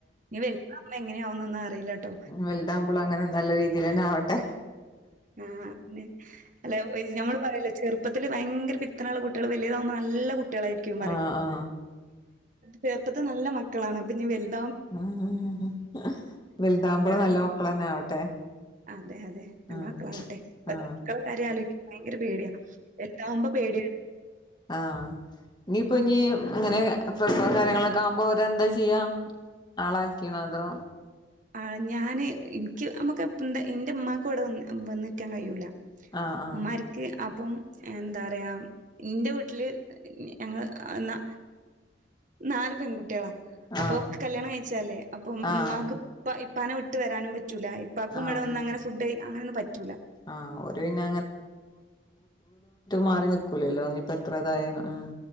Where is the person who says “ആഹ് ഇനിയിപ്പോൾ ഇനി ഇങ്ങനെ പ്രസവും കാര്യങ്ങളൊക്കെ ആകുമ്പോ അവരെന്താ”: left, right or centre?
Left